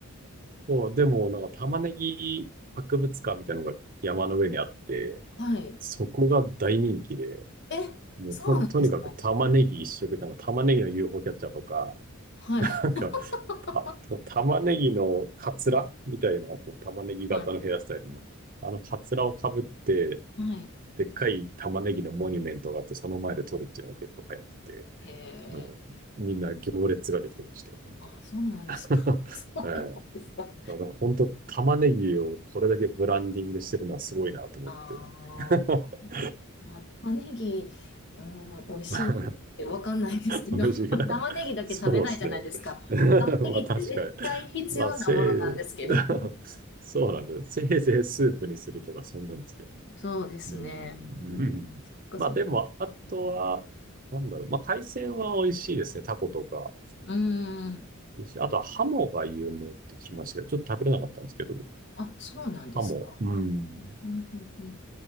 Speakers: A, on the right; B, on the left.
A: う、そう、でもなんか玉ねぎ博物館みたいなのが山の上にあって、
B: <laughs> はい。
A: そこが大人気で、
B: え、
A: もうと、
B: そうなんですか
A: とにかく玉ねぎ一色、なんか玉ねぎの UFO キャッチャーとか、
B: はい。
A: なんか、
B: <laughs>
A: た、玉ねぎのカツラみたいな、こう玉ねぎ型のヘアスタイルの、
B: はい。
A: あのカツラをかぶって、
B: はい。
A: でっかい玉ねぎのモニュメントがあって、その前で撮るっていうのが結構流行ってて、
B: へえ。
A: もう、みんな行列ができてましたよ、本当。
B: あ、そうなんですか。
A: <laughs>
B: <laughs> そうなんですか。
A: ええだから本当、玉ねぎをこれだけブランディングしてるのはすごいなと思って。
B: ああ。
A: <laughs>
B: まあ、玉ねぎ、うん、美味しいってわかんないですけど、
A: <laughs> 無事が、
B: <laughs> 玉ねぎだけ食べないじゃないですか。
A: そうですね。<laughs>
B: 玉ねぎって絶対必要なものなんですけど。
A: まあ確かに。まあ、せい、<laughs> そうなんですよ。せいぜいスープにするとか、そんなんですけどね。
B: そうですね。
A: うーん。
B: うん、
A: うんまあでも、
B: そっかそっか。
A: あとは、なんだろう。まあ海鮮は美味しいですね。タコとか。
B: うん。
A: いいしあとはハモが有名って聞きましたけど、ちょっと食べれなかったんですけど、
B: あ、そうなんですか。
A: ハモ。うん。
B: うんうんうん。